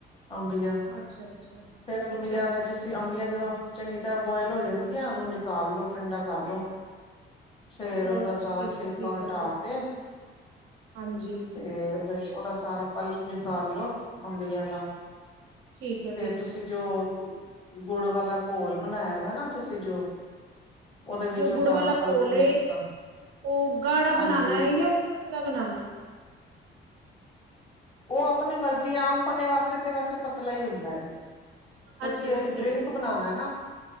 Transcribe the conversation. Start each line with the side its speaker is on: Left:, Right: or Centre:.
Left: ਅੰਬੀਆ
Right: ਅੱਛਾ ਅੱਛਾ
Left: ਫਿਰ ਅੰਬੀਆਂ
Right: ਅੱਛਾ ਅੱਛਾ
Left: ਦੇ ਤੁਸੀ ਅੰਬੀਆਂ ਜਦੋਂ ਚੰਗੀ ਤਰ੍ਹਾਂ ਬੋਇਲ ਹੋ ਜਾਣਗੀਆਂ ਉਨੂੰ ਨਿਕਾਲ ਲੋੋ ਠੰਡਾ ਕਰਲੋ। ਫੇਰ
Right: ਉਹ
Left: ਓਦਾ ਸਾਰਾ
Right: ਠੀਕ
Left: ਛਿਲਕਾ
Right: ਹੈ ਠੀਕ
Left: ਹਟਾ
Right: ਹੈ ਜੀ
Left: ਕੇ
Right: ਹਾਂਜੀ
Left: ਤੇ ਓਦੇ ਚ ਓਦਾ ਸਾਰਾ ਪਲਪ ਨਿਕਾਲ ਲਓ ਅੰਬੀਆਂ ਦਾ।
Right: ਠੀਕ ਹੈ
Left: ਫੇਰ ਤੁਸੀ ਜੋ ਗ ਗੁੜ ਵਾਲਾ ਘੋਲ ਬਣਾਇਆ ਦਾ ਨਾ ਤੁਸੀ ਜੋ। ਉਹਦੇ ਵਿੱਚ
Right: ਜੋ ਗੁੜ
Left: ਉਹ ਸਾਰਾ
Right: ਵਾਲਾ
Left: ਪਲਪ
Right: ਘੋਲ
Left: ਮਿਕਸ
Right: ਏ
Left: ਕਰ
Right: ਓ ਗਾੜਾ
Left: ਹਾਂਜੀ
Right: ਬਨਾਨਾ ਏ ਯਾ ਫਿਰ ਪਤਲ ਤਲਾ ਬਨਾਨਾ ਏ।
Left: ਓ ਅਪਨੀ ਮਰਜ਼ੀ ਏ ਆਮ ਪੰਨੇ ਵਾਸਤੇ ਤੇ ਵੈਸੇ ਪਤਲਾ ਈ ਹੁੰਦਾ ਏ ਕਿਉਂਕਿ
Right: ਅੱਛਾ ਅੱਛਾ
Left: ਅਸੀ
Right: ਠੀਕ
Left: ਡਰਿੰਕ
Right: ਹੈ
Left: ਬਨਾਣਾ ਏ ਨਾ।